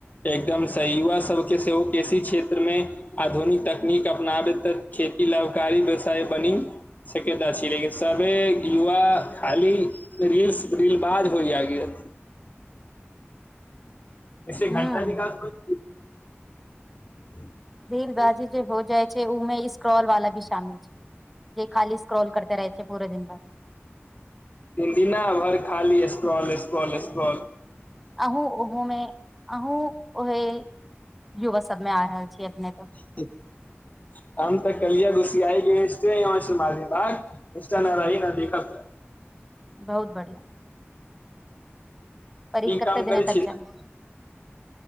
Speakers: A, on the left; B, in the centre.
A: एकदम सही युवा सबके सेहो कृषि क्षेत्रमे आधुनिक तकनीक अपनाबे तऽ खेती लाभकारी व्यवसाय बनी सकैत अछि लेकिन सभे युवा खाली रील्स रीलबाज होइ जाइ गेल एहिसे घंटा
B: हँ
A: विकास होइत <inaudible>
B: फेर बाजी जे हो जाइ छै उमे इस स्क्रॉल वाला भी शामिल छै जे खाली स्क्रॉल करते रहै छै पूरे दिन भर
A: दिन दिना भरि खाली स्क्रॉल स्क्रॉल स्क्रॉल
B: अहूँ ओहो मे अहूँ ओहे युवक सबमे आ रहल छी अपनेके
A: <inaudible> हम तऽ कलिया घुसीयाइ के यमी बाद इंस्टा न रही न देख के
B: बहुत बढ़ियां पर ई
A: नीक
B: कते
A: काम करै
B: दिना
A: छी
B: तक
A: न
B: चलबै